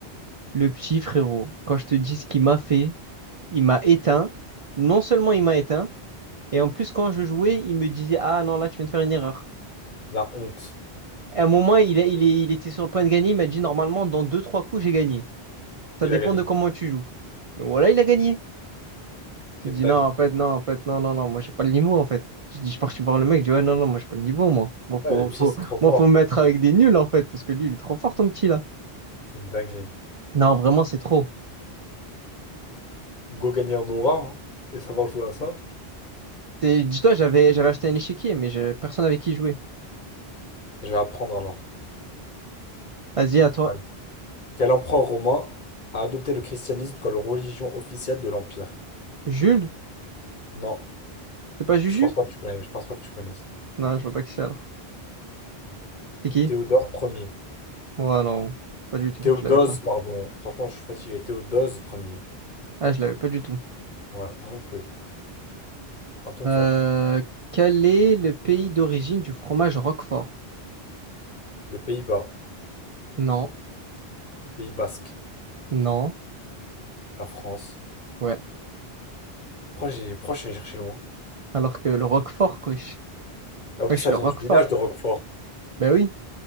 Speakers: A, on the right; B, on the left.
A: le petit frérot, quand je te dis ce qu'il m'a fait, il m'a éteint. Non seulement il m'a éteint, et en plus, quand je jouais, il me disait, ah non, là, tu viens de faire une erreur.
B: La honte.
A: À un moment, il, a- il, est- il était sur le point de gagner. Il m'a dit, normalement, dans deux, trois coups, j'ai gagné. Ça
B: Il
A: dépend
B: a gagné.
A: de comment tu joues. Mais voilà, il a gagné.
B: C'est
A: Il
B: une
A: dit,
B: dinguerie.
A: non, en fait, non, en fait, non, non, non, moi, j'ai pas le niveau, en fait. Je dis, je suis parti voir le mec. Je dis, ouais, non, non, moi, j'ai pas le niveau, moi. Moi, faut,
B: Ouais, les petits,
A: faut,
B: c'est trop fort.
A: moi, faut me mettre avec des nuls, en fait, parce que lui, il est trop fort, ton petit, là.
B: C'est une dinguerie.
A: Non, vraiment, c'est trop.
B: Go gagner en aura, hein, et savoir jouer à ça.
A: C'est- Dis-toi, j'avais, j'avais acheté un échiquier, mais j'avais personne avec qui jouer.
B: Je vais apprendre alors.
A: Vas-y, à toi.
B: Ouais. Quel empereur romain a adopté le christianisme comme religion officielle de l'Empire?
A: Jules?
B: Non,
A: C'est pas Juju?
B: je pense pas que tu connais. Je pense pas que tu connaisses.
A: Non, je vois pas qui c'est, alors. C'est qui?
B: Théodore premier.
A: Ouais, non, pas du tout.
B: Théodose,
A: Je l'avais pas.
B: pardon. Franchement, je suis fatigué. Théodose premier.
A: Ah, je l'avais pas du tout.
B: Ouais, moi non plus. À ton
A: Euh,
B: tour.
A: quel est le pays d'origine du fromage Roquefort?
B: Les Pays-Bas.
A: Non,
B: Pays Basque.
A: non,
B: La France.
A: ouais.
B: Pourquoi j'ai pourquoi je suis allé chercher loin?
A: Alors que le Roquefort, wesh.
B: En
A: Wesh,
B: plus, ça
A: le
B: vient
A: Roquefort.
B: du village de Roquefort.
A: Ben oui.